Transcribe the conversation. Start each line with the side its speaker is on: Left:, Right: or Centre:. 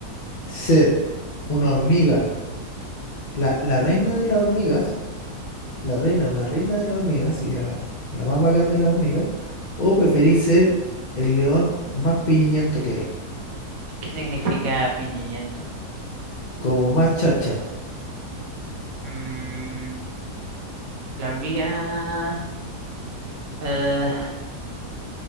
Left: ¿Ser una hormiga, la, la reina de las hormigas? La reina, una reina de las hormigas, sí, la, la más bacán de las hormigas. ¿O preferís ser el león más piñiñento que hay?
Right: ¿Qué significa piñillento?
Left: Como más charcha.
Right: Mm, la hormiga. eh,